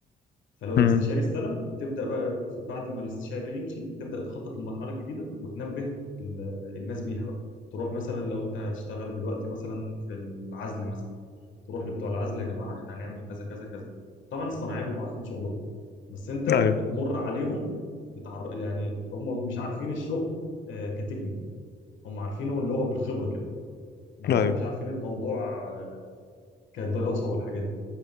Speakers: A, on the left (about 75°); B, on the left (about 55°).
A: فلو
B: امم
A: الاستشاري استلم تبدا بقى في- بعد ما الاستشاري يمشي تبدا تخطط للمرحله الجديده وتنبه ال- الناس بيها بقى تروح مثلا لو انت هتشتغل دلوقتي مثلا في العزل مثلا تروح لبتوع العزل يا جماعه احنا هنعمل كذا كذا كذا كذا. طبعا الصناعيه بيبقوا عارفين شغلهم بس انت
B: ايوه
A: بتمر عليهم بتعر... يعني هم مش عارفين الشغل آه، كتكنيك هم عارفينه اللي هو بالخبره كده انما
B: ايوه
A: هم مش عارفين الموضوع آه، كدراسه والحاجات دي